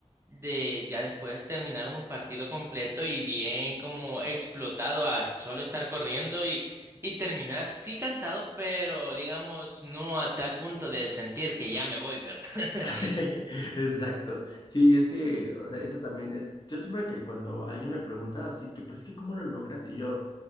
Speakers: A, on the right; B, on the left.
A: de ya después terminar un partido completo y bien como explotado a solo estar corriendo y, y terminar, sí cansado, pero digamos no a tal punto de sentir que ya me voy, ¿verdad? <laughs>
B: <laughs> Exacto. Sí, es que, o sea, eso también es. Yo siempre que cuando alguien me pregunta así que, pero es que ¿cómo lo logras? Y yo,